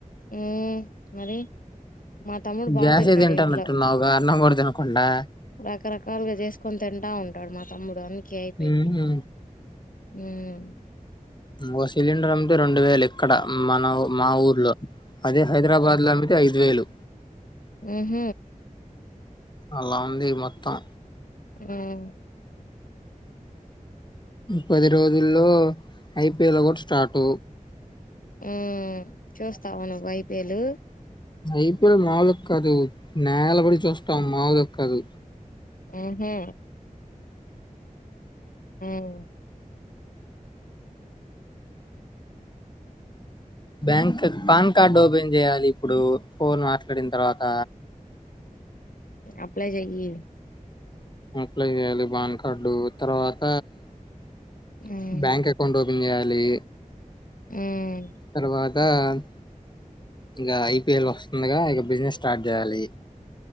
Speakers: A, on the left; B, on the left.
A: ఆ మరి మా తమ్ముడు బాగా
B: గ్యాసే
A: తింటాడు
B: తింటానట్టున్నావుగా
A: ఇంట్లో
B: అన్నం కూడా తినకుండా.
A: రకరకాలుగా చేసుకొని తింటా ఉంటాడు మా తమ్ముడు అంత కే అయిపోయిద్ది
B: హుహు.
A: హ్మ్మ్
B: ఓ సిలిండర్ అమ్మితే ఇక్కడ మన మా ఊర్లో. అదే హైదరాబాద్ లో అమితే ఐదు వేలు
A: ఆహ
B: వాళ్ల నాన్నది మొత్తం
A: హమ్
B: పది రోజుల్లో ఐపీఎల్ కూడా స్టార్ట్
A: ఆ చూస్తావు నువ్వు ఐపిఎల్
B: ఐపీఎల్ నాలుగ్కదు నేల పడి చూస్తా అమ్ మా కాదు
A: అహా హ్మ్మ్
B: బ్యాంక్ పాన్ కార్డ్ ఒపెన్ చేయాలి ఇప్పుడు ఫోన్ మాట్లాడిన తర్వాత
A: అప్లై చెయ్యి
B: అప్లై చేయాలి పాన్ కార్డు తర్వాత
A: మ్మ్
B: బ్యాంక్ అకౌంట్ న్ చేయాలి
A: మ్మ్
B: తర్వాత్ ంక ఇంక ఐపిఎల్ వస్తుందిగా ఇగ బిజినెస్ స్టార్ట్ చేయాలి